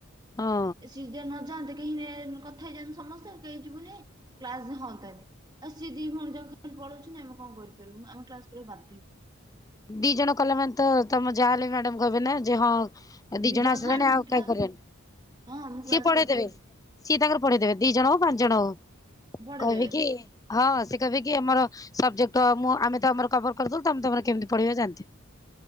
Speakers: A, on the left; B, on the right.
A: ହଁ
B: ସି ଯିଏ ନଯାଆନ୍ତେ କେହି କଥା ହେଇଯାନ୍ତେ ସମସ୍ତେ କେହି ଯିବୁନି କ୍ଲାସ ହଅନ୍ତାନି ଆଉ ସିଏ ଦି ଭଉଣୀ ଯକ ଖାଲି ପଳଉଛନ୍ତି ଆମେ କଣ କରିପାରିବୁ ଆମେ କ୍ଲାସ କରିବା ବାଧ୍ୟ ହଉ
A: ଦି ଜଣ କଲେ ମାନେ ତ ତମେ ଯାହାହଲେ ମ୍ୟାଡାମ କହିବେ ନା ଯେ ହଁ ଆ ଦିଇ
B: ଦି
A: ଜଣ ଆସିଲଣି
B: ଥାଆନ୍ତୁ
A: ଆଉ
B: ମୁଁ କ୍ଲା
A: କାଇ କରିବାନି
B: ହଁ ମୁଁ
A: ସିଏ
B: କ୍ଲାସ
A: ପଢେଇଦେବେ।
B: କରିଦେବି
A: ସିଏ ତାଙ୍କର ପଠେଇଦେବେ ଦି ଜଣ ହଉ ପାଞ୍ଚ ଜଣ ହଉ
B: ପଢେଇ
A: କହିବି
B: ଦେବେ।
A: କି ହଁ ସେ କହିବେ କି ଆମର ସବଜେକ୍ଟ ମୁଁ ଆମେ ତ ଆମର କଭର କରିଦଉ ତମେ ତମର କେମିତି ପଢେଇବା ଜାଣିଥିବେ